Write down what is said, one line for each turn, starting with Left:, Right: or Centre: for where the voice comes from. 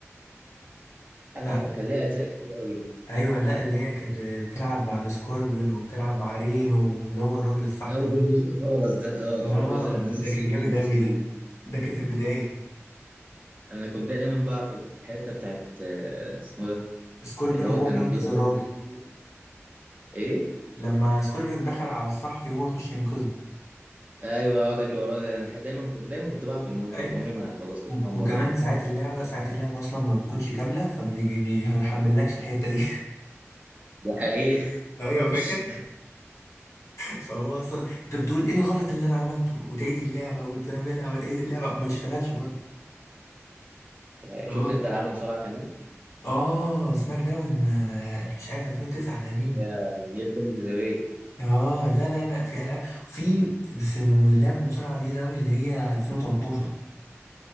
Right: اه
Left: ها
Right: كان ليها اجزاء كتير قوي دي
Left: ايوه لا اللي هي كانت بتلعب مع السكوربيون وبتلعب مع رينو واللي هو الراجل الصحفي
Right: اول
Left: ده.
Right: جزء خالص ده اه
Left: اه
Right: اول جزء لما
Left: ده,
Right: نزل
Left: ده
Right: 3
Left: كان جامد
Right: دي مش
Left: قوي
Right: 2
Left: ده ده
Right: دي
Left: كانت البداية
Right: انا كنت دايما بقى في الحته بتاعت آه، اسمه ده
Left: سكوربين
Right: اللي
Left: وهو
Right: هو كان
Left: بينقذ
Right: بيبدا
Left: الراجل
Right: يجيب- ايه
Left: لما سكوربين دخل على الصحفي وهو يخش ينقذه
Right: ايوه اقعد اجري وراه ده أنا دايما كنت دايما كنت بقى في المهمه
Left: اي
Right: دي عمري ما خلصتها
Left: وك-
Right: ولا مره
Left: وكمان ساعات اللعبة ساعات اللعبة اصلا ما بتكونش كاملة فبيحملكش الحتة دي
Right: ده حقيقي
Left: <laughs> ايوه
Right: <laughs>
Left: فاكر فهو اصلا انت بتقول ايه الغلط اللي انا عملته وتعيد اللعبة وتعملها وتعيد اللعبة وما تشتغلش برضه
Right: يعني
Left: اه
Right: شفت انت العاب المصارعه كمان
Left: اه سماك داون آه، مش عارف 2009 تقريبا
Right: هي هير كومز ذا واي
Left: اه لا لا لا في العاب في بس لعبه مصارعه جديده قوي اللي هي 2013